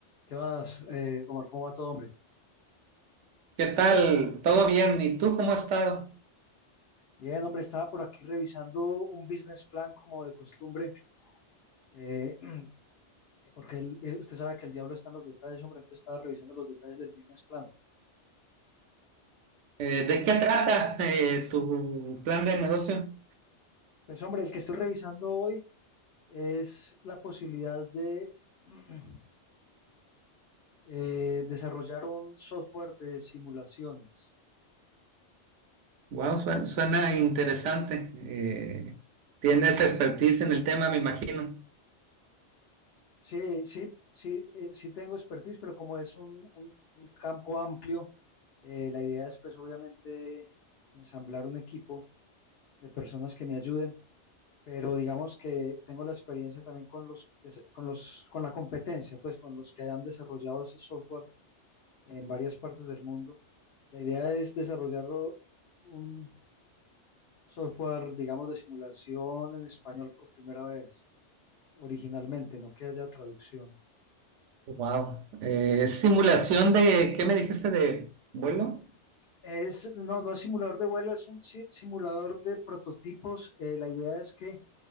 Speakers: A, on the left (about 60°); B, on the right (about 85°).
A: ¿Qué más, eh, Omar? ¿Cómo va todo, hombre?
B: ¿Qué tal? ¿Todo bien? ¿Y tú cómo has estado?
A: Bien, hombre, estaba por aquí revisando un business plan como de costumbre, eh, <clears throat> porque el- eh, usted sabe que el diablo está en los detalles, hombre, entonces estaba revisando los detalles del business plan.
B: Eh, ¿de qué trata eh, tu plan de negocio?
A: Pues, hombre, el que estoy revisando hoy es la posibilidad de <clears throat> eh, desarrollar un software de simulaciones.
B: Wow, suena, suena interesante. Eh, tienes expertise en el tema, me imagino.
A: Sí, sí, sí, eh, sí tengo expertise, pero como es un, un- un campo amplio, eh, la idea es, pues, obviamente, ensamblar un equipo de personas que me ayuden, pero digamos que tengo la experiencia también con los, con los, con la competencia, pues con los que hayan desarrollado ese software en varias partes del mundo. La idea es desarrollar un software, digamos, de simulación en español por primera vez, originalmente, no que haya traducción.
B: Wow. Eh, ¿simulación de qué me dijiste de vuelo?
A: Es, no, no es simulador de vuelo, es un si- simulador de prototipos. Eh, la idea es que